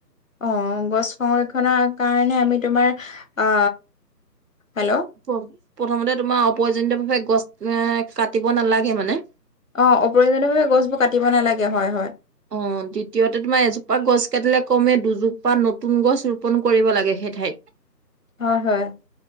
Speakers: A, on the left (about 50°); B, on the right (about 70°).
A: অ গছ সংৰক্ষণৰ কাৰণে আমি তোমাৰ আ, হেল্ল'?
B: প্ৰ প্ৰথমতে তোমাৰ অপ্ৰয়োজনিতভাৱে গছ এ কাটিব নালাগে মানে।
A: অ অপ্ৰয়োজনীয়ভাৱে গছবোৰ কাটিব নালাগে হয় হয়।
B: অ দ্বিতীয়তে তোমাৰ এজোপা গছ কাটিলে কমেই দুজোপা নতুন গছ ৰোপন কৰিব লাগে সেই ঠাইত।
A: হয় হয়।